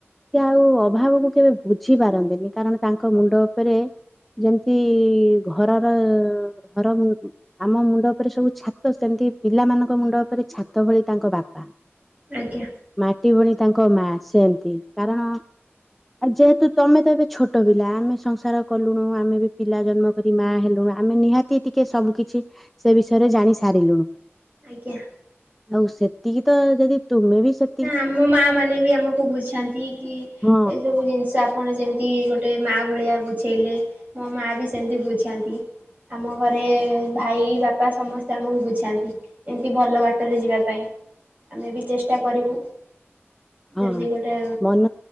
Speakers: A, in the centre; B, on the right.
A: କି ଆଉ ଅଭାବକୁ କେବେ ବୁଝି ପାରନ୍ତିନି କାରଣ ତାଙ୍କ ମୁଣ୍ଡ ଉପରେ ଯେମିତି ଘର ଘର ଆମ୍ ଆମ ମୁଣ୍ଡ ଉପରେ ସବୁ ଛାତ ସେମିତି ପିଲାମାନଙ୍କ ମୁଣ୍ଡ ଉପରେ ଛାତ ଭଳି ତାଙ୍କ ବାପା।
B: ଆଜ୍ଞା।
A: ମାଟି ଭଳି ତାଙ୍କ ମା ସେମତି କାରଣ ଆଉ ଯେହେତୁ ତମେ ତ ଏବେ ଛୋଟ ପିଲା ଆମେ ସଂସାର କଲୁଣୁ ଆମେ ବି ପିଲା ଜନ୍ମ ଯଦି ମା ହେଲୁଣୁ ଆମେ ନିହାତି ଟିକେ ସବୁ କିିଛି ସେ ବିଷୟରେ ଜାଣି ସାରିଲୁଣୁ।
B: ଆଜ୍ଞା।
A: ଆଉ ସେତିକି ତ, ଯଦି ତୁମେ ବି ସେତ୍
B: ନା ଆମ ମା ମାନେ ବି ଆମକୁ ବୁଝାନ୍ତି କି,
A: ହଁ
B: ଏସବୁ ଜିନିଷ ଆପଣ ଯେମିତି ଗୋଟେ ମାଆ ଭଳିଆ ବୁଝେଇଲେ, ମୋ ମାଆ ବି ସେମିତି ବୁଝାନ୍ତି। ଆମ ଘରେ ଭାଇ, ବାପା ସମସ୍ତେ ଆମକୁ ବୁଝାନ୍ତି। ଏମିତି ଭଲ ବାଟରେ ଯିବା ପାଇଁ, ଆମେ ବି ଚେଷ୍ଟା କରିବୁ।
A: ହଁ
B: ଯେମିତି ଗୋଟେ,
A: ମନ